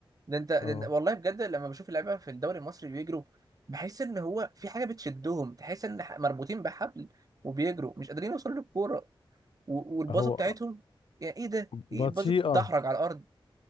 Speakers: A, on the right; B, on the left.
A: ده أنت ده
B: اه
A: أنت- والله بجد لما بشوف اللعيبة في الدوري المصري بيجروا بحس إن هو في حاجة بتشدهم تحس إن ح- مربوطين بحبل وبيجروا مش قادرين يوصلوا للكورة و- والباصة
B: هو
A: بتاعتهم يعني إيه ده؟
B: بطيئة
A: إيه الباصة بتتدحرج على الأرض